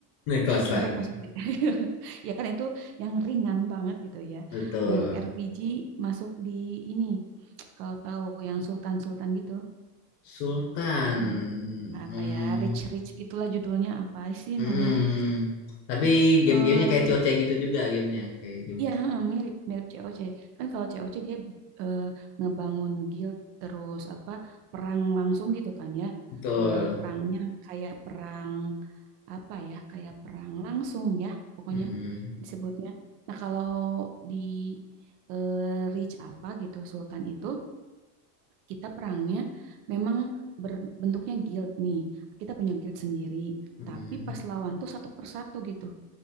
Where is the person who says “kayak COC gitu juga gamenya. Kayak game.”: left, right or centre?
Left